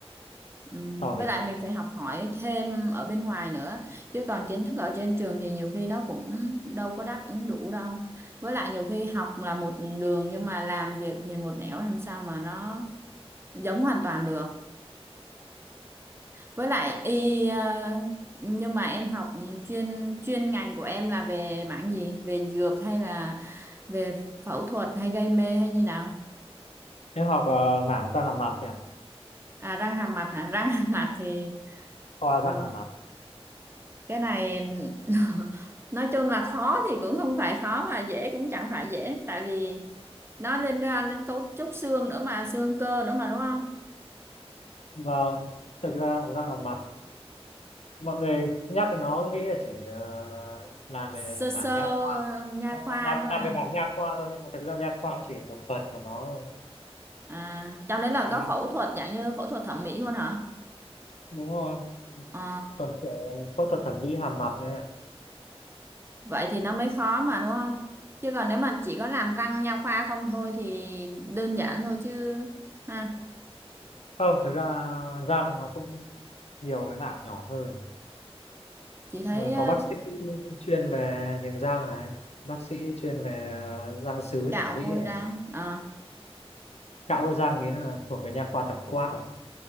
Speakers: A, on the right; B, on the left.
A: Ừm,
B: so với
A: Với lại mình phải học hỏi thêm ở bên ngoài nữa chứ còn kiến thức ở trên trường thì nhiều khi nó cũng đâu có đáp ứng đủ đâu với lại nhiều khi học là một đường nhưng mà làm việc thì một nẻo làm sao mà nó giống hoàn toàn được với lại y ờ, nhưng mà em học chuyên chuyên ngành của em là về mảng gì về dược hay là về phẫu thuật hay gây mê hay như nào
B: em học ờ, mảng răng hàm mặt nhỉ
A: à răng hàm mặt hả răng hàm mặt thì
B: khoa răng
A: ờ,
B: hàm mặt
A: cái này <laughs> nói chung là khó thì cũng không phải khó mà dễ cũng chẳng phải dễ tại vì nó liên quan đến cấu trúc xương nữa mà xương cơ nữa mà đúng không
B: vâng thực ra học răng học mặt mọi người nhắc đến nó nghĩ là chỉ ờ, làm về
A: sơ
B: mảng
A: sơ
B: nha khoa
A: nha khoa
B: làm
A: thôi
B: làm
A: à,
B: về mảng nha khoa thôi nhưng mà thực ra nha khoa cũng chỉ là một phần của nó thôi
A: à trong đấy là
B: Ừ,
A: có phẫu thuật dạng như phẫu thuật thẩm mỹ luôn hả
B: đúng rồi
A: ờ
B: còn kiểu phẫu thuật thẩm mỹ hàm mặt nữa ạ.
A: vậy thì nó mới khó mà đúng không chứ còn nếu mà chỉ có làm răng nha khoa không thôi thì đơn giản thôi chứ ha
B: không thực ra răng nó cũng nhiều cái mảng nhỏ hơn
A: chị thấy
B: Ờ, có
A: ờ,
B: bác sĩ chuyên về niềng răng này bác sĩ chuyên về răng sứ
A: cạo
B: thẩm mỹ
A: vôi
B: này
A: răng ờ
B: cạo hôi răng đấy là thuộc về nha khoa tổng quát rồi